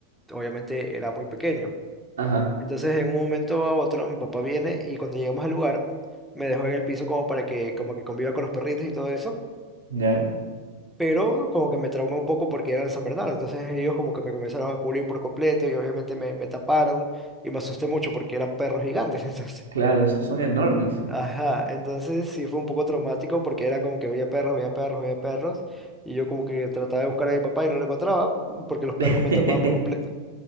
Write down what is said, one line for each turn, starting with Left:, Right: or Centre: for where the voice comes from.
Centre: obviamente era muy pequeño.
Right: Ajá,
Centre: Entonces en un momento a otro mi papá viene y cuando llegamos al lugar me dejó en el piso como para que como que conviva con los perritos y todo eso
Right: ya.
Centre: pero como que me traumé un poco porque eran San Bernardo, entonces ellos como que me comenzaron a cubrir por completo y obviamente me, me taparon y me asusté mucho porque eran perros gigantes, <laughs> entonces,
Right: Claro, esos son enormes.
Centre: ajá, entonces sí fue un poco traumático porque era como que veía perros, veía perros, veía perros y yo como que trataba de buscar a mi papá y no lo encontraba porque los perros
Right: <laughs>
Centre: me tapaban por completo.